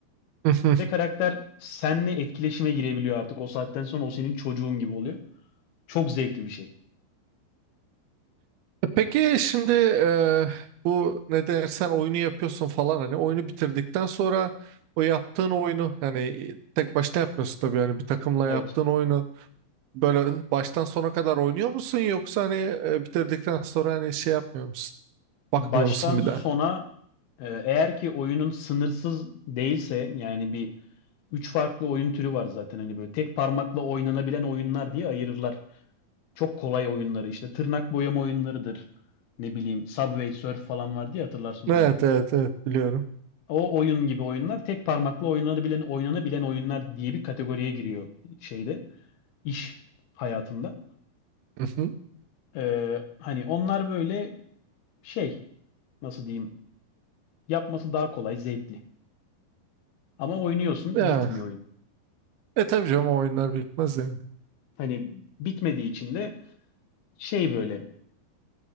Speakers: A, on the right (about 85°); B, on the left (about 80°).
A: <laughs>
B: Ve karakter senle etkileşime girebiliyor artık. O saatten sonra o senin çocuğun gibi oluyor. Çok zevkli bir şey.
A: E, Peki şimdi e, bu ne dersen oyunu yapıyorsun falan hani oyunu bitirdikten sonra o yaptığın oyunu yani tek başına yapmıyorsun tabii yani bir takımla
B: Evet.
A: yaptığın oyunu böyle baştan sona kadar oynuyor musun yoksa hani e, bitirdikten sonra hani şey yapmıyor musun? Bakmıyor
B: Baştan
A: musun bir
B: sona
A: daha?
B: e, eğer ki oyunun sınırsız değilse yani bir üç farklı oyun türü var zaten hani böyle tek parmakla oynanabilen oyunlar diye ayırırlar. Çok kolay oyunları işte tırnak boyama oyunlarıdır. Ne bileyim Subway Surf falan vardı ya hatırlarsın
A: Evet
B: oyunu.
A: evet evet biliyorum.
B: O oyun gibi oyunlar tek parmakla oynanabilen oynanabilen oyunlar diye bir kategoriye giriyor şeyde iş hayatında.
A: Mhm.
B: Ee, hani onlar böyle şey nasıl diyeyim yapması daha kolay zevkli. Ama oynuyorsun
A: Ya,
B: bitmiyor oyun.
A: e tabii canım o oyunlar bitmez yani.
B: Hani bitmediği için de şey böyle